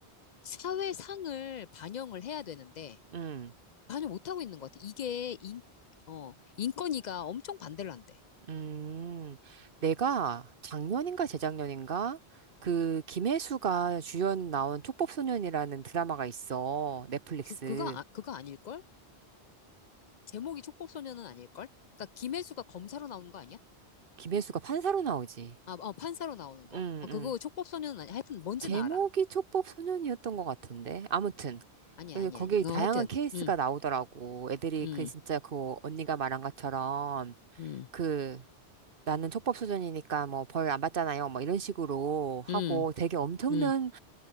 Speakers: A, on the left; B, on the right.
A: 사회상을 반영을 해야 되는데
B: 응,
A: 반영 못하고 있는 것 같아. 이게 인, 어, 인권위가 엄청 반대를 한대.
B: 음. 내가 작년인가 재작년인가? 그 김혜수가 주연 나온 촉법소년이라는 드라마가 있어. 넷플릭스.
A: 그, 그거, 아, 그거 아닐걸? 제목이 촉법소년은 아닐걸? 그러니까 김혜수가 검사로 나오는 거 아니야?
B: 김혜수가 판사로 나오지.
A: 아, 어, 판사로 나오는 거.
B: 응,
A: 아, 그거
B: 응.
A: 촉법소년은 아니 야 하여튼 뭔지는
B: 제목이
A: 알아.
B: 촉법소년이었던 것 같은데. 아무튼.
A: 아니야, 아니야,
B: 거기에
A: 아니.
B: 다양한
A: 어, 하여튼.
B: 케이스가
A: 응,
B: 나오더라고. 애들이
A: 응,
B: 그 진짜 그 언니가 말한 것처럼
A: 응,
B: 그 나는 촉법소년이니까 뭐 벌 안 받잖아요. 뭐 이런 식으로 하고
A: 응,
B: 되게 엄청난
A: 응.